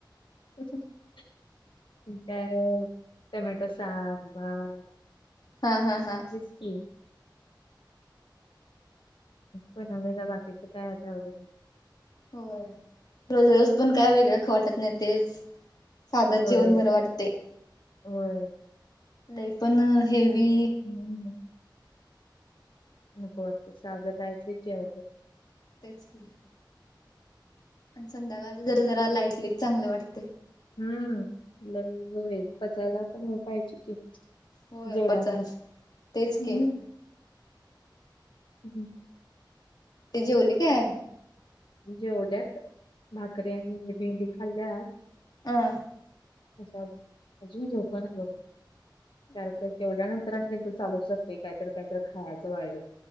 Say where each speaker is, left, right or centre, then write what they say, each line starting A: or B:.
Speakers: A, on the left; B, on the left.
A: आणि काय टमॅटो साग भात
B: हा हा हा,
A: तेच की, पण आले काय बाकीच काय आता आवरलं,
B: होय रोज रोज पण काय वेगळं ख वाटत नाही तेच! साधच
A: होय
B: जेवण बरं वाटते?
A: होय,
B: लई पण हेवी,
A: हम्म नको वाटत साध काहीतर जेवायच?
B: तेच की, आणि संध्याकाळ जरा जरा
A: हा.
B: लाईटलीच चांगलं वाटत.
A: हम्म लग होय पचायाला पण पाहीजे की?
B: होय
A: जेवण
B: पचा
A: मग
B: तेच की
A: हम्म, हम् हम,
B: ती जेवली काय.
A: जेवल्यात भाकरी आणि भेंडी खाल्ल्यात,
B: हं,
A: अच्छा अजूनी झोपण आहे बघ कारण का तेवढ्या नंतर आणि त्यांच चालूच अस. काहीतर काहीतर खायचं वाळच